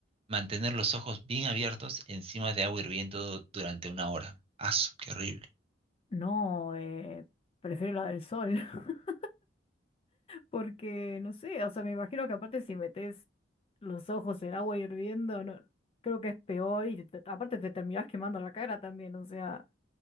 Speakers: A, on the right (about 30°); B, on the left (about 30°).
A: mantener los ojos bien abiertos encima de agua hirviendo durante una hora? ¡Asu, qué horrible!
B: No, eh, prefiero la del sol, <laughs> porque no sé, o sea, me imagino que aparte si metes los ojos en agua hirviendo, no, creo que es peor y te- aparte te terminás quemando la cara también, o sea,